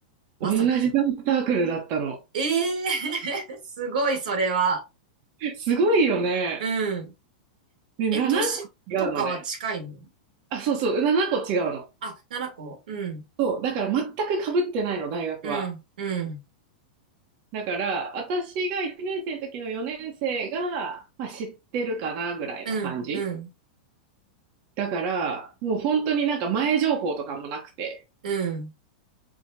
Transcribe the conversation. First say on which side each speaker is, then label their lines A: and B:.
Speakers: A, on the right (about 75°); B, on the right (about 40°).
A: まさかの。
B: 同じダンスサークルだったの。
A: ええー <laughs> すごい、それは。
B: すごいよね。
A: うん。
B: ね、
A: え、
B: 7個違うのね。
A: 年とかは近いの
B: あ、そうそう、7個違うの。
A: あ、七個。うん、
B: そう、だから全く被ってないの、大学は。
A: うん、うん、
B: だから、私が1年生の時の4年生が、まあ、知ってるかなぐらいの感じ。
A: うん、うん、
B: だから、もう本当になんか前情報とかもなくて、
A: うん、